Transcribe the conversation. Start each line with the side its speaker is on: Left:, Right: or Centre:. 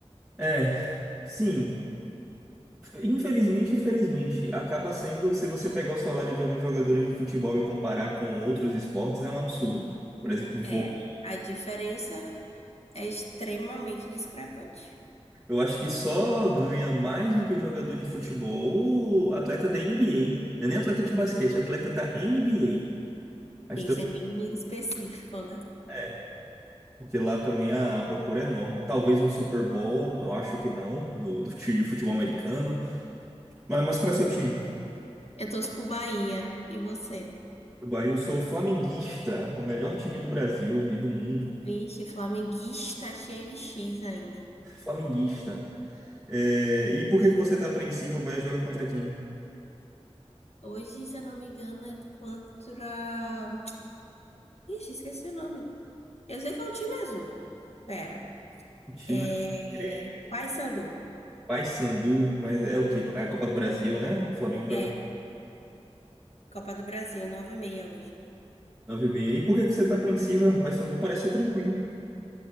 Centre: É, sim. Infelizmente, infelizmente, acaba sendo, se você pegar o salário de alguns jogadores de futebol e comparar com outros esportes, é um absurdo. Por exemplo,
Left: É.
Centre: vôlei.
Left: A diferença é extremamente discrepante.
Centre: Eu acho que só ganha mais do que jogador de futebol o atleta da NBA. Não é nem atleta de basquete, é atleta da NBA.
Left: Tem
Centre: Acho que
Left: que ser bem específico, né?
Centre: também. Porque lá também a procura é enorme. Talvez um Super Bowl, eu acho que não, do, do time de futebol americano. Mas, mas qual é seu time?
Left: Eu torço pro Bahia. E você?
Centre: Bahia eu sou flamenguista, o melhor time do Brasil e do mundo.
Left: Vixe, flamenguista cheio de X ainda.
Centre: Flamenguista. É, e por que que você tá apreensivo? O Bahia joga contra quem?
Left: Hoje, se eu não me engano, é contra. Ixi, esqueci o nome. Eu sei que é um time azul. Pera.
Centre: O time
Left: É.
Centre: é Grêmio,
Left: Paysandu.
Centre: Paysandu, mas é o quê? É a Copa do Brasil, né? O Flamengo joga
Left: É Copa do Brasil, nove e meia hoje.
Centre: nove h 30 E por que que você tá apreensiva? Paysandu parece ser tranquilo.